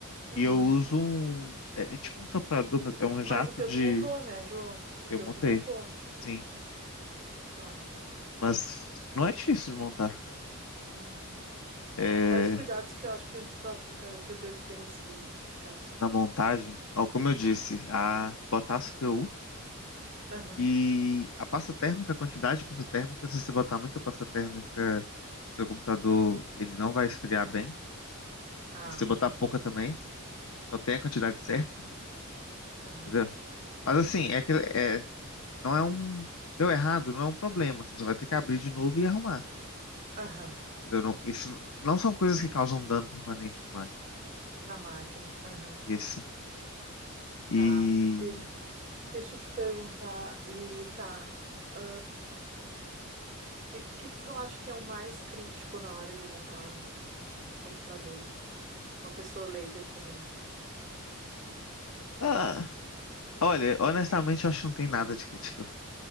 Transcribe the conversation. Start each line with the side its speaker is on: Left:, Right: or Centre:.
Right: Uhum.
Left: E eu uso um. É, é tipo um soprador, mas é um
Right: Mas
Left: jato
Right: o teu
Left: de.
Right: tu montou, né, João? O
Left: Eu
Right: teu
Left: montei,
Right: tu montou.
Left: sim.
Right: Tá.
Left: Mas não é difícil de montar.
Right: Uhum.
Left: É,
Right: Quais os cuidados que eu acho que, que tu acha que eu, te- que eu devo ter nesse caso?
Left: na montagem, ó, como eu disse, a botar a CPU
Right: Aham.
Left: e a pasta térmica, a quantidade de pasta térmica, se você botar muita pasta térmica, seu computador ele não vai esfriar bem.
Right: Ah.
Left: E se você botar pouca também, só tem a quantidade certa,
Right: Aham.
Left: entendeu? Mas assim, é que é, não é um. Deu errado, não é um problema. Você só vai ter que abrir de novo e arrumar.
Right: Aham.
Left: Entendeu? Não, isso não são coisas que causam dano permanente pra máquina.
Right: Na máquina. Aham.
Left: Isso. E.
Right: Tá, deixa. Deixa eu te perguntar, e tá, o que, que que você acha que é o mais crítico na hora de montar um um computador? Uma pessoa leiga como eu.
Left: Ah, olha, honestamente, eu acho que não tem nada de crítico.